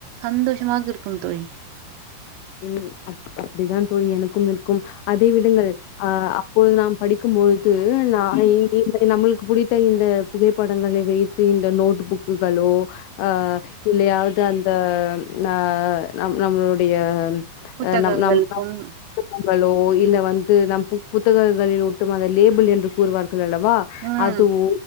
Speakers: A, on the right (about 85°); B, on the left (about 80°).
A: சந்தோஷமாக இருக்கும் தோழி
B: ம் அப்படிதான் தோழி எனக்கும் இருக்கும் அதை விடுங்கள் ஆ அப்போழுது நாம் படிக்கும்பொழுது <unintelligible> நம்மளுக்கு புடித்த இந்த புகைப்படங்களை வைத்து இந்த நோட் புக்குகளோ ஆ இல்லையாவது அந்த ஆ நம்மளுடைய
A: புத்தகங்களுக்கும்
B: ம்ம்ங்களோ இல்ல வந்து நம் புத்தகங்களில் ஒட்டும் அந்த லேபிள் என்று கூறுவார் ல்லவா
A: ம்
B: அதுவு